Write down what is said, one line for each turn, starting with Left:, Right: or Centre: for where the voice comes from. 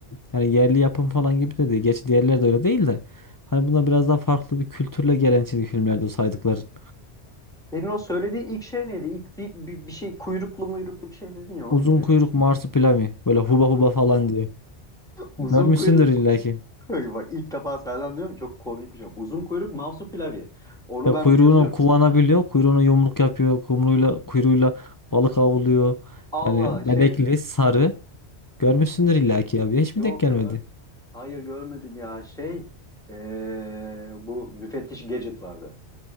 Left: yani yerli yapım falan gibi de değil. Gerçi diğerleri de öyle değil de. Hani bunlar biraz daha farklı bir kültürle gelen çizgi filmlerdi o saydıkların.
Centre: Senin o söylediğin ilk şey neydi? İlk bir, bir, bir şey kuyruklu muyruklu bir şey dedin ya o
Left: Uzun
Centre: neydi?
Left: kuyruk marsupilami böyle huba huba falan diye.
Centre: Uzun
Left: Görmüşsündür
Centre: kuyruk.
Left: illaki.
Centre: <laughs> Bak ilk defa senden diyorum çok komik bir şey. Uzun kuyruk Mavsu Pilavı. Onu
Left: Ya
Centre: ben
Left: kuyruğunu
Centre: bir yazıyorum.
Left: kullanabiliyor. Kuyruğunu yumruk yapıyor. Kumruyla, kuyruğuyla balık avlıyor.
Centre: Allah
Left: Yani
Centre: şey
Left: benekli, sarı. Görmüşsündür illaki ya. Hiç
Centre: Yok
Left: mi denk gelmedi?
Centre: gör. Hayır görmedim ya. Şey eee, bu müfettiş Gadget vardı.